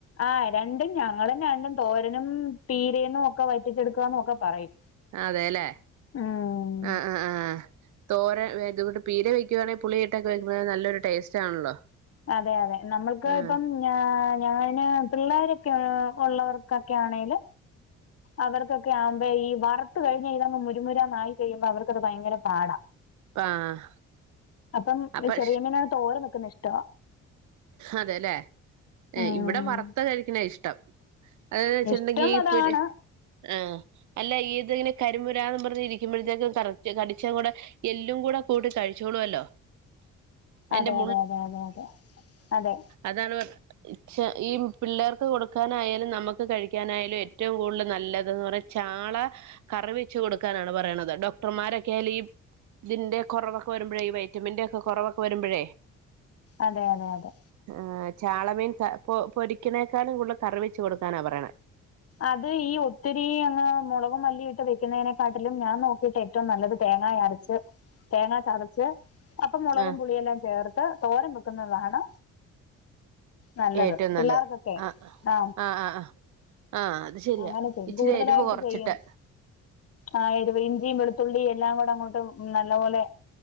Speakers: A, on the left; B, on the right.
A: ആ രണ്ടും ഞങ്ങളും രണ്ടും തോരനും പീരയും ഒക്കെ വറ്റിച്ചെടുക്കുക എന്നൊക്കെ പറയും
B: അതെല്ലേ
A: ഉം
B: ആ ആ ആ തോര ഇത പീരെ വെക്ക വെക്കുവാണെങ്കിൽ പുളി ഇട്ടൊക്കെ വെക്കുമ്പൊ നല്ലൊരു ടേസ്റ്റ് ആണല്ലോ
A: അതെ അതെ നമ്മുക്ക്
B: ആഹ്
A: ഇപ്പം ഞാന് പിള്ളേരൊക്കെ ഉള്ളവർക്കൊക്കെ ആണേൽ അവർക്കൊക്കെ ആവുമ്പോ ഈ വറുത്ത് കഴിഞ്ഞ ഇതങ്ങ് മുരുമുരാന്ന് ആയി കഴിയുമ്പോ അവർക്കത് ഭയങ്കര പാടാ
B: ആഹ്
A: അപ്പം
B: അപ്പൊ
A: ചെറിയ മീന് തോരൻ വെക്കുന്നത് ഇഷ്ട
B: അതെല്ലേ ഏ
A: ഉം
B: ഇവിടെ വറുത്ത കഴിക്കണ ഇഷ്ടം അതന്ന് വെച്ചിട്ടുണ്ടെങ്കിൽ
A: ഇഷ്ടം
B: ഈ
A: അതാണ്
B: പുര് ആഹ് അല്ല ഇത്ങ്ങനെ കരിമുരാന്ന് പറഞ്ഞ് ഇരിക്കുമ്പഴത്തേക്കും കറക്റ്റ് കടിച്ചും കൂടെ എല്ലും കൂടെ കൂട്ടി കഴിച്ചോളുവല്ലോ അതിന്റെ
A: അതെ അതെ അതെ അതെ അതെ അതെ
B: അതാണ്പ ഈ പിള്ളേർക്ക് കൊടുക്കാനായാലും നമുക്ക് കഴിക്കാനായാലും ഏറ്റവും കൂടുതൽ നല്ലത്ന്ന് പറ ചാള കറിവച്ച് കൊടുക്കാനാണ് പറയണത് ഡോക്ടർമാരൊക്കെയാലും ഈ ഇതിന്റെ കൊറവൊക്കെ വരുമ്പോഴ ഈ വൈറ്റമിന്റെ ഒക്കെ കൊറവക്കെ വരുമ്പോഴേ
A: അതെ അതെ അതെ
B: ആ ചാളമീൻ ക പൊ പൊരിക്കനേക്കാളും കൂടുതൽ കറിവെച്ചു കൊടുക്കാനാ പറയണ
A: അത് ഈ ഒത്തിരീം അങ്ങ് മുളകും മല്ലി ഇട്ട് വെക്കുന്നതിനെക്കാട്ടിലും ഞാൻ നോക്കീട്ടെ ഏറ്റവും നല്ലത് തേങ്ങ അരച്ച് തേങ്ങ ചതച്ച് അപ്പം മുളകും
B: ആഹ്
A: പുളിയെല്ലാം ചേർത്ത് തോരം വെക്കുന്നതാണ് നല്ലത്
B: ഏറ്റവും
A: പിള്ളേർക്കൊക്കെ
B: നല്ലത് ആഹ്
A: ആ
B: ആഹ് ആഹ് ആഹ് ആഹ് അത് ശരിയാ
A: അങ്ങനെ ചെങ്കൂടുതലായിട്ട്
B: ഇച്ചിരി എരിവ് കൊറച്ചിട്ട്
A: ചെയ്യും ആ എരിവ് ഇഞ്ചിയും വെളുത്തുള്ളി എല്ലാം കൂടെ അങ്ങോട്ട് നല്ല പോലെ